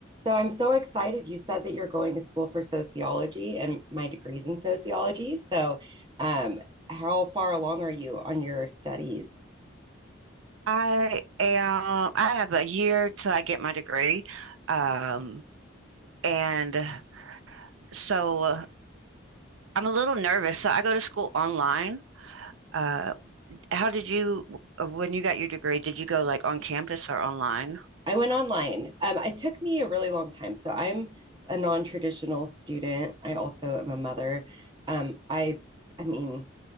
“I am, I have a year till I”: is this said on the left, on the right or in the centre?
Right